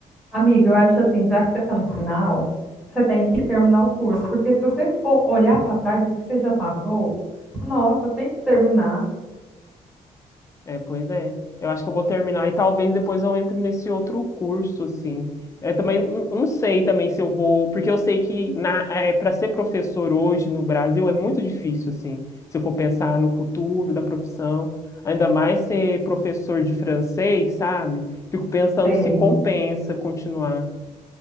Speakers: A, in the centre; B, on the left (about 20°).
A: Amiga, eu acho assim, já que você está no final, você tem que terminar o curso, porque se você for olhar para trás o que você já passou, nossa, tem que terminar.
B: É, pois é. Eu acho que eu vou terminar e talvez depois eu entre nesse outro curso, assim. É, também não não sei também se eu vou, porque eu sei que na, é, para ser professor hoje no Brasil é muito difícil, assim, se eu for pensar no futuro da profissão, ainda mais ser professor de francês, sabe? Fico pensando
A: Sei.
B: se compensa continuar.